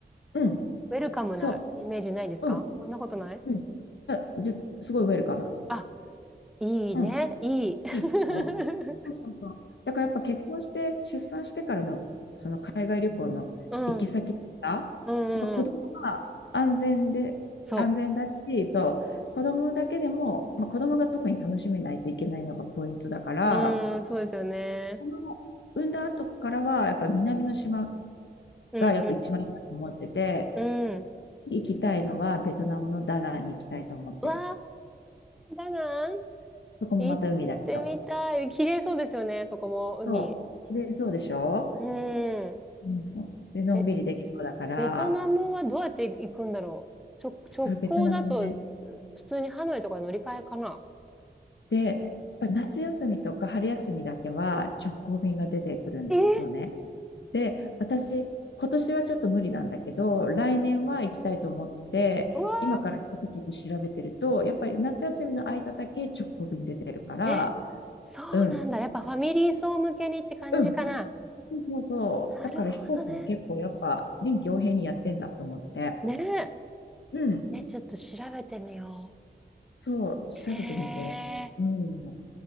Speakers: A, on the left; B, in the centre.
A: うん
B: ウェルカムなイメージないですかそんなことない
A: そう。うん。うん。あず、すごいウェルカム。
B: あ、いいね、
A: うん。
B: いい。<laughs>
A: いいでしょそうそうそう。だからやっぱ結婚して出産してからのその海外旅行の行き先が、
B: うん、うん、
A: やっぱ子供が安全で、
B: うんうん、そ
A: 安全だし、そう、子供だけでも、まあ、子供が特に楽しめないといけないのがポイントだから、
B: う。うん、そうですよね。
A: この産んだ後からはやっぱ南の島
B: うん、
A: がやっぱ一番いいなと思ってて、
B: うん、うん。
A: 行きたいのはベトナムのダナンに行きたいと思ってる。
B: うわー、ダナン、
A: そこもまた海だけど。
B: 行ってみたい。綺麗そうですよね、そこも、海。
A: そう。綺麗そうでしょ
B: うん。
A: うん、で、のんびりできそうだから、
B: めっベトナムはどうやって行くんだろう。直、
A: それベトナムもね、
B: 直行だと、普通にハノイとかに乗り換えかな。
A: で、やっぱ夏休みとか春休みだけは直行便が出てくるのね。
B: え
A: で、私、今年はちょっと無理なんだけど、来年は行きたいと思って、
B: うわ
A: 今からちょっと調べてると、やっぱり夏休みの間だけ直行便出てるから、
B: ー、え、そうなんだ。
A: うん、
B: やっぱファミリー層向けにって感じかな。
A: うん、そうそうそう、
B: なるほどね。
A: だから飛行機も結構やっぱ臨機応変にやってんだと思って、
B: ねえ。
A: うん、
B: ね、ちょっと調べてみよう。
A: そう、調べてみて、
B: へえ。
A: うん。